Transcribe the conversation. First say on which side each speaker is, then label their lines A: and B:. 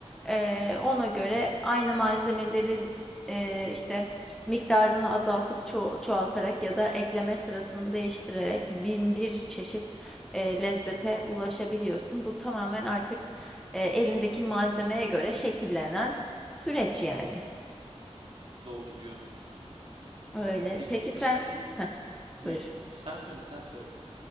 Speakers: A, in the centre; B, on the right (about 55°).
A: Ee, ona göre aynı malzemelerin e, işte miktarını azaltıp ço- çoğaltarak ya da ekleme sırasını değiştirerek bin bir çeşit e, lezzete ulaşabiliyorsun. Bu tamamen artık e, elindeki malzemeye göre şekillenen süreç yani.
B: Doğru diyorsun.
A: Öyle.
B: Peki
A: Peki sen...
B: şimdi
A: Heh,
B: buyur.
A: buyur.
B: Sen söyle, sen söyle.